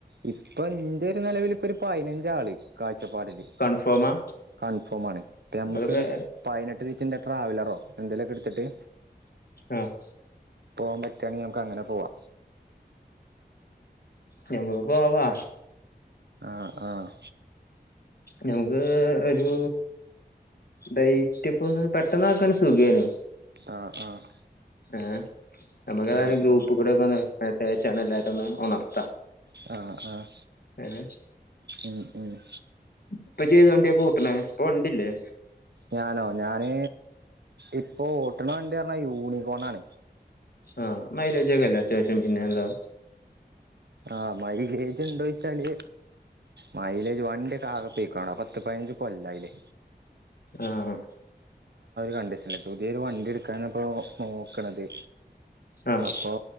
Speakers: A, on the right; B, on the left.
A: ഇപ്പൊ എന്റെ ഒരു നിലവിലിപ്പൊരു പതിനഞ്ചാള് കാഴ്ചപ്പാടില്
B: കൺഫേമാ
A: കൺഫോമാണ് ഇപ്പോ ഞമുക്കൊരു
B: അതൊക്കെ
A: പതിനെട്ട് സീറ്റിന്റെ ട്രാവലറോ എന്തേലൊക്കെ എടുത്തിട്ട്
B: ആഹ്
A: പോവാപറ്റുവാണെങ്കി നമക്കങ്ങനെ പോവാ
B: ഞമക്ക്പ്പോവാ
A: ആഹ് ആഹ്
B: ഞമുക്ക് ഒരു ഡൈറ്റ് ഇപ്പൊ ഒന്ന് പെട്ടന്ന് ആക്കാൻ സുഖേനു
A: ആഹ് ആഹ്
B: ഏഹ് നമുക്കേതാലും
A: ആഹ്
B: ഗ്രൂപ്പ്
A: ആഹ്
B: കൂടെ ഒക്കെന്ന് മെസേജ് അയച്ചാണ് എല്ലാരുന്ന് ഉണർ-
A: ആഹ് ആഹ്
B: ഏഹ്
A: ഉഹ് ഉഹ്
B: ഇപ്പൊജ്ജ് ഏത് വണ്ടിയാ പൂട്ടണേ ഇപ്പവണ്ടില്ലേ
A: ഞാനോ ഞാന് ഇപ്പൊ ഓട്ടണ വണ്ടി പറഞ്ഞാ യൂണികോണാണ്
B: ആഹ് മൈലേജൊക്കില്ലെ അത്യാവശ്യം പിന്നെന്താ
A: ആഹ് മൈലേജൊണ്ടേച്ചാല് മൈലേജ് വണ്ടിക്ക ആകെ പൊയ്ക്കാണ് പത്ത് പതിനഞ്ച് കൊല്ല ആയില്ലേ
B: ആഹ്
A: കണ്ടീഷന പുതിയൊരു വണ്ടി എടുക്കാനിപ്പോ നോക്കണത്
B: ആഹ്
A: അപ്പൊ